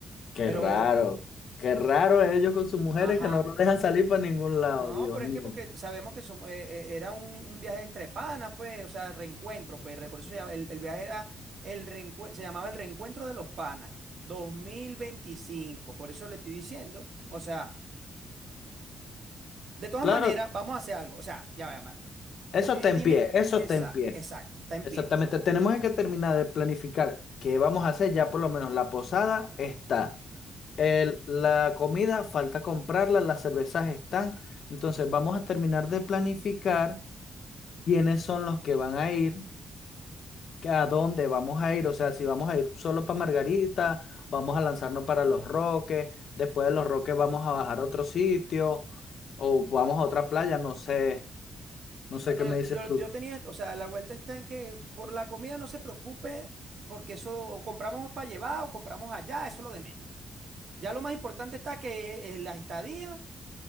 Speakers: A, on the left; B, on the right.
A: Qué
B: Pero,
A: raro, qué raro ellos con sus mujeres
B: ajá,
A: que no lo dejan salir para ningún lado,
B: No,
A: Dios
B: pero
A: mío.
B: es que porque sabemos que somos, eh, eh, era un, un viaje entre panas, pues, o sea, reencuentro, pues, re- por eso se llama, el, el viaje era el reencue- se llamaba el reencuentro de los panas, 2025, por eso le estoy diciendo, o sea, de todas
A: Claro,
B: maneras, vamos a hacer algo, o sea, ya va, ma-
A: eso
B: eh,
A: está en
B: dime,
A: pie, eso
B: esa,
A: está en pie.
B: exacto, está en
A: Exactamente,
B: pie.
A: tenemos que terminar de planificar qué vamos a hacer, ya por lo menos la posada está. El- la comida falta comprarla, las cervezas están. Entonces vamos a terminar de planificar quiénes son los que van a ir que a dónde vamos a ir, o sea, si vamos a ir solo para Margarita, vamos a lanzarnos para Los Roques, después de Los Roques vamos a bajar a otro sitio o vamos a otra playa, no sé, no
B: No,
A: sé
B: no,
A: qué me
B: yo,
A: dices tú.
B: yo tenía, o sea, la vuelta está en que por la comida no se preocupe, porque eso o compramos para llevar o compramos allá, eso es lo de menos. Ya lo más importante está que eh, la estadía